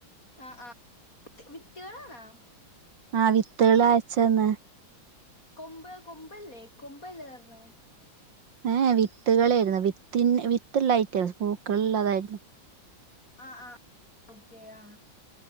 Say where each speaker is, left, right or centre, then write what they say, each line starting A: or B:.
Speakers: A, on the left; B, on the right.
A: ആഹ് ആഹ് <unintelligible>
B: ആ വിത്തകള് അയച്ചെന്ന
A: കൊമ്പ് കൊമ്പല്ലേ കൊമ്പല്ലേ <unintelligible>
B: ഏ വിത്തുകളെ ആയിരന്നു വിത്തിൻ വിത്തിള്ള ഐറ്റംസ് പൂക്കളിള്ളതായിരുന്നു
A: ആ ആ ഓക്കെ ആ